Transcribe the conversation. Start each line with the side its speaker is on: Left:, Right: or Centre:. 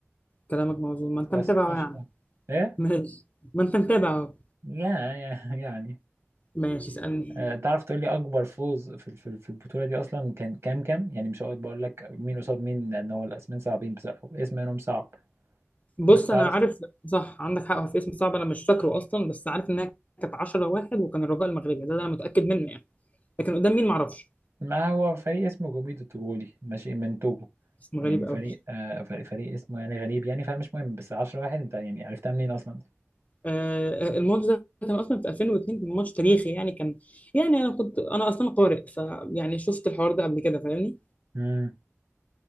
Left: كلامك موزون ما انت
Right: 15
Left: متابعه يعني
Right: ايه
Left: <laughs> ماشي ما انت متابعه أهو.
Right: يا يا يعني
Left: ماشي اسالني
Right: آه، تعرف تقول لي اكبر فوز في في في البطوله دي اصلا كان كام كام يعني مش هقعد بقول لك مين قصاد مين لان هو الاسمين صعبين بصراحه اسم منهم صعب
Left: بص
Right: بس تعرف
Left: انا عارف صح عندك حق هو في اسم صعب انا مش فاكره اصلا بس عارف انها كانت 10 واحد وكان الرجاء المغربي ده, ده انا متاكد منه يعني لكن قدام مين معرفش
Right: ما هو فريق اسمه جوميدو التوغولي ماشي من توجو
Left: اسم
Right: يعني
Left: غريب قوي
Right: فريق آه فريق فريق اسمه يعني غريب يعني فمش مهم بس 10 واحد انت يعني عرفتها منين اصلا دي
Left: آه، آه، الماتش ده كان اصلا في 2002 كان ماتش تاريخي يعني كان يعني انا كنت انا اصلا قارئ فيعني شفت الحوار ده قبل كده فاهمني
Right: امم